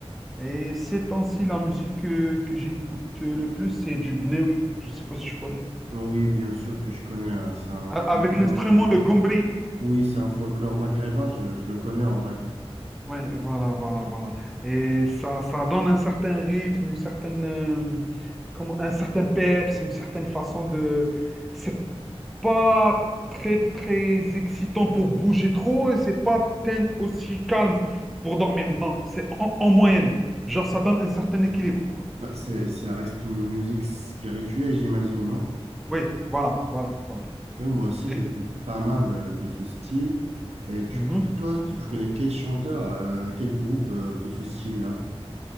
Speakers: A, in the centre; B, on the right (about 85°).
A: Et ces temps-ci, la musique euh, que, j'écoute le plus, c'est du gnewi. Je ne sais pas si tu connais.
B: Oui, bien sûr que je connais. hein. C'est un
A: A- Avec
B: folklore.
A: l'instrument,
B: euh,
A: le gombri.
B: Oui, c'est un folklore maghrébin. Je, je le connais en vrai.
A: Ouais, voilà, voilà, voilà. Et ça, ça donne un certain rythme, une certaine, euh, comment, un certain peps, une certaine façon de. C'est pas très, très excitant pour bouger trop et c'est pas ten- aussi calme pour dormir. Non, c'est en, en moyenne. Genre, ça donne un certain équilibre, quoi.
B: Bah, c'est, ça reste une musique spirituelle, j'imagine, non?
A: Oui, voilà, voilà, voilà.
B: Ouais, moi aussi,
A: Et-
B: j'écoute pas mal euh, de ce style. Et tu
A: Mhm.
B: connais, toi, tu tu connais quel chanteur, euh, quel groupe euh, de ce style-là?